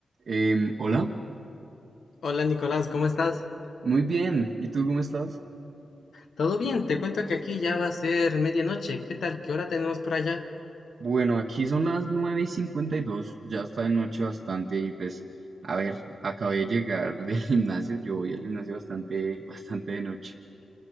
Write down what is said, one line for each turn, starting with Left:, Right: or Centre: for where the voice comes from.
Right: Em, hola,
Left: Hola Nicolás, ¿cómo estás?
Right: muy bien. ¿Y tú cómo estás?
Left: ¿Todo bien? Te cuento que aquí ya va a ser medianoche. ¿Qué tal? ¿Qué hora tenemos por allá?
Right: Bueno, aquí son las 9 y 52. Ya está de noche bastante y pues, a ver, acabé de llegar <laughs> del gimnasio. Yo voy al gimnasio bastante, bastante de noche.